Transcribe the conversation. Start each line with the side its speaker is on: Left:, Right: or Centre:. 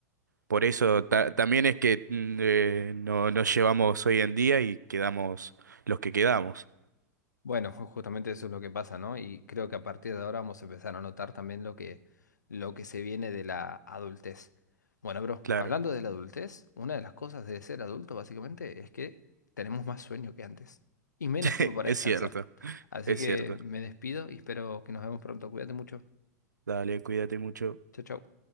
Right: por eso ta- también es que mm, eh, no nos llevamos hoy en día y quedamos los que quedamos.
Left: Bueno, ju- justamente eso es lo que pasa, ¿no? Y creo que a partir de ahora vamos a empezar a notar también lo que, lo que se viene de la adultez. Bueno, bro,
Right: Claro,
Left: hablando de la adultez, una de las cosas de ser adulto básicamente es que tenemos más sueño que antes y menos
Right: <laughs>
Left: tiempo para
Right: es
Left: descansar.
Right: cierto,
Left: Así
Right: es
Left: que
Right: cierto.
Left: me despido y espero que nos vemos pronto. Cuídate mucho.
Right: Dale, cuídate mucho.
Left: Chao, chao.